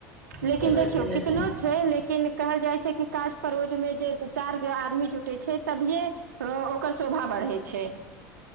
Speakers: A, on the right (about 75°); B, in the centre.
A: लेकिन
B: छेबे
A: देखियौ
B: केलै
A: कितनो
B: कि
A: छै लेकिन कहल जाइ छै कि काज परोज मे जे चारि गो आदमी जुट जुटे छै तभिये ओकर शोभा बढ़ै छै